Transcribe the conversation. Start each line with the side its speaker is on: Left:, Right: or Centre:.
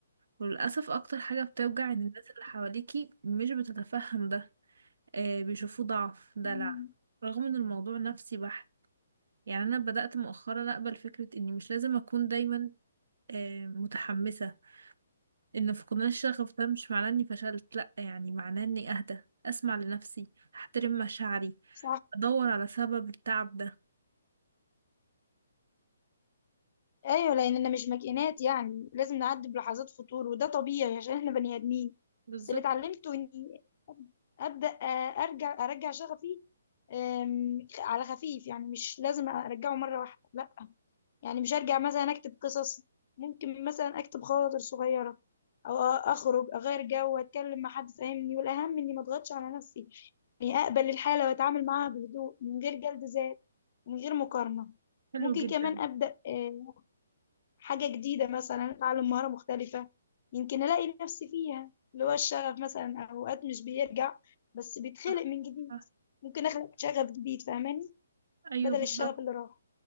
Right: وللأسف أكتر حاجة بتوجع إن الناس اللي حواليكي مش بتتفهم ده آه بيشوفوه ضعف دلع
Left: مم.
Right: رغم إن الموضوع نفسي بحت يعني انا بدأت مؤخرا اقبل فكرة اني مش لازم اكون دايما آه، متحمسة ان فقدان الشغف ده مش معناه اني فشلت لا يعني معناه اني اهدى اسمع لنفسي احترم مشاعري
Left: صح
Right: ادور على سبب التعب ده
Left: ايوه لاننا مش ماكينات يعني لازم نعدي بلحظات فتور وده طبيعي عشان احنا بني ادمين
Right: بالظبط
Left: بس اللي اتعلمته اني ابدا آه، ارجع ارجع شغفي آم، على خفيف يعني مش لازم ارجعه مره واحده لا يعني مش هرجع مثلا اكتب قصص ممكن مثلا اكتب خواطر صغيرة او اخرج اغير جو واتكلم مع حد فاهمني والاهم اني ما اضغطش على نفسي اني اقبل الحالة واتعامل معاها بهدوء من غير جلد ذات ومن غير مقارنة
Right: حلو
Left: ممكن
Right: جدا
Left: كمان ابدا آه، حاجة جديدة مثلا اتعلم مهارة مختلفة يمكن الاقي نفسي فيها اللي هو الشغف مثلا اوقات مش بيرجع بس بيتخلق
Right: صح
Left: من جديد
Right: صح.
Left: ممكن اخلق شغف جديد فاهماني
Right: ايوه
Left: بدل
Right: بالظبط
Left: الشغف اللي راح